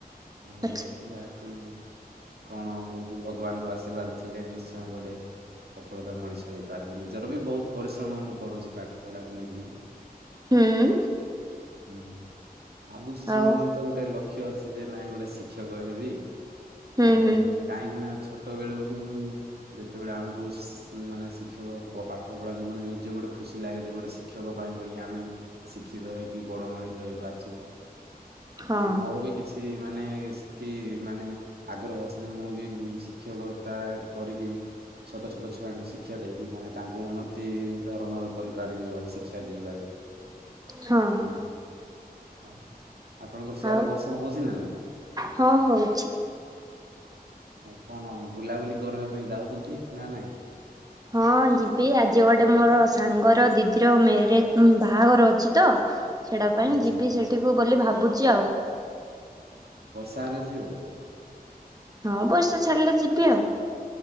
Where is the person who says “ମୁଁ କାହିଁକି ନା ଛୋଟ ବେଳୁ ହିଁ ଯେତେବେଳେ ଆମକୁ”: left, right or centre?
Right